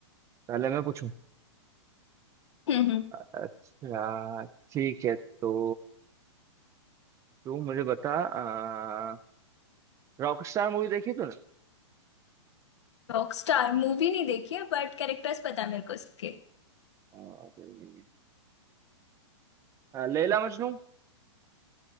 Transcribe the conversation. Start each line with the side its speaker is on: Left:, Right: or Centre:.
Right: पहले मैं पूछूं
Left: हम्म हम्म
Right: अच्छा ठीक है तो तू मुझे बता आ, रॉक स्टार मूवी देखी तूने
Left: रॉकस्टार मूवी नहीं देखी है बट कैरेक्टर्स पता है मेरे को उसके
Right: आ, नहीं, आ, लैला मजनू